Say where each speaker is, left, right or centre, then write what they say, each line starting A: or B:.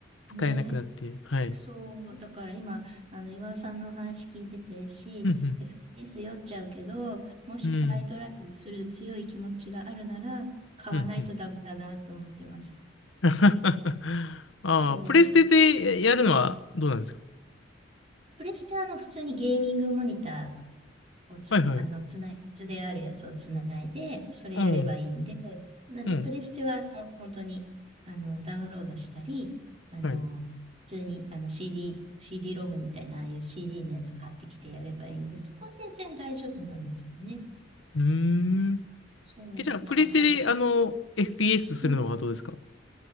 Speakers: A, on the right; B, on the left.
A: え、ね
B: 使えなくなって。はい。
A: そう、だから今、あの、岩尾さんのお話聞いててし、
B: うん
A: FPS 酔っちゃうけど、もし再トライする強い気持ちがあるなら、
B: うん。うん。
A: 買わないとダメだなと思ってます。
B: うんうん。<laughs> ああ、
A: そう。
B: プレステでやるのはどうなんですか
A: プレステはあの、普通にゲーミングモニタをつ、
B: はいはい。
A: あの、つない、図であるやつをつないで、それやればいいんで、
B: おう。
A: なんで、
B: うん。
A: プレステは、あの、本当に、あの、ダウンロードしたり、あの、
B: はい。う
A: 普通に、あの、CD、CD ロムみたいな、ああいう CD のやつ買ってきてやればいいんで、そこは全然大丈夫なんですよね。
B: ーん。
A: うん。そう、
B: え、じゃあ、プレステで、
A: だから多分、
B: あの、FPS するのはどうですか
A: うん。